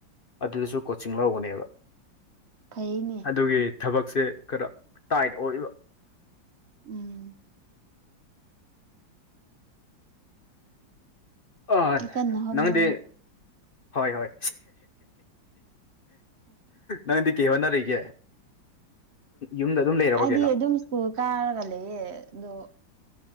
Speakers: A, on the left; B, on the right.
A: ꯑꯗꯨꯗꯁꯨ ꯀꯣꯆꯤꯡ ꯂꯧꯕꯅꯦꯕ
B: ꯐꯩꯌꯦꯅꯦ
A: ꯑꯗꯨꯒꯤ ꯊꯕꯛꯁꯦ ꯈꯔ ꯇꯥꯏꯠ ꯑꯣꯏꯕ
B: ꯎꯝ
A: ꯑ
B: ꯑꯩ ꯀꯟꯅ ꯍꯣꯠꯅꯧ
A: ꯅꯪꯗꯤ ꯍꯣꯏ ꯍꯣꯏ ꯅꯪꯗꯤ ꯀꯩ ꯍꯣꯠꯅꯔꯤꯒꯦ ꯌꯨꯝꯗ ꯑꯗꯨꯝ ꯂꯩꯔꯕ
B: ꯑꯩꯗꯤ
A: ꯀꯩꯅꯣ
B: ꯑꯗꯨꯝ ꯁ꯭ꯀꯨꯜ ꯀꯥꯔꯒ ꯂꯩꯌꯦ ꯑꯗꯣ